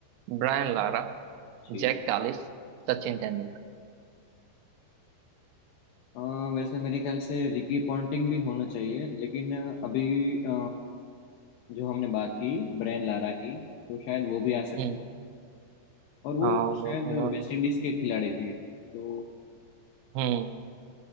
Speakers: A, on the right; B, on the left.
A: Brian Lara
B: जी
A: Jack Kallis Sachin Tendulkar
B: अ, वैसे मेरे ख्याल से रिकी पॉन्टिंग भी होना चाहिए लेकिन अ, अभी अ, जो हमने बात की ब्रेन लारा की तो शायद वो भी आ
A: हम्म
B: सकते हैं और वो
A: हाँ
B: शायद
A: बहुत मोहन
B: वेस्ट
A: के
B: इंडीज के खिलाड़ी थे तो
A: हम्म